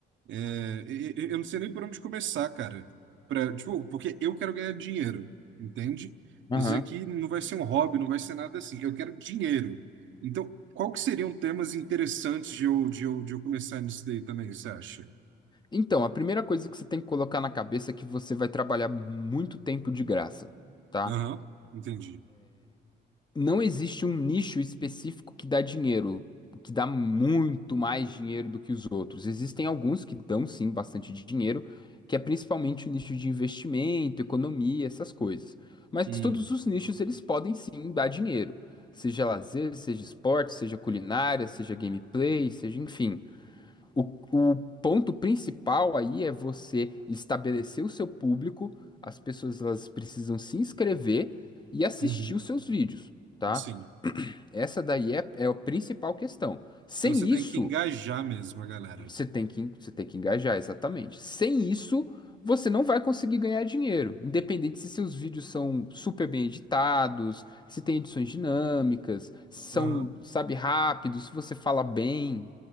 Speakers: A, on the right; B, on the left.
A: É, e- e- eu não sei nem por onde começar, cara. Pra, tipo, porque eu quero ganhar dinheiro, entende?
B: aham.
A: Isso aqui não vai ser um hobby, não vai ser nada assim. Eu quero dinheiro. Então, qual que seriam temas interessantes de eu, de eu, de eu começar nisso daí também, você acha?
B: Então, a primeira coisa que você tem que colocar na cabeça é que você vai trabalhar muito tempo de graça, tá?
A: Aham, entendi.
B: não existe um nicho específico que dá dinheiro, que dá muito mais dinheiro do que os outros. Existem alguns que dão sim bastante dinheiro, que é principalmente o nicho de investimento, economia, essas coisas. Mas
A: Hum,
B: todos os nichos eles podem sim dar dinheiro, seja lazer, seja esporte, seja culinária, seja gameplay, seja enfim. O, o ponto principal aí é você estabelecer o seu público, as pessoas elas precisam se inscrever e assistir
A: uhum.
B: os seus vídeos, tá?
A: Sim.
B: Essa daí é, é a principal questão. Sem
A: Então você
B: isso,
A: tem que engajar mesmo a galera.
B: você tem que, você tem que engajar, exatamente. Sem isso, você não vai conseguir ganhar dinheiro. Independente se seus vídeos são super bem editados, se tem edições dinâmicas, se são,
A: Aham,
B: sabe, rápidos, se você fala bem,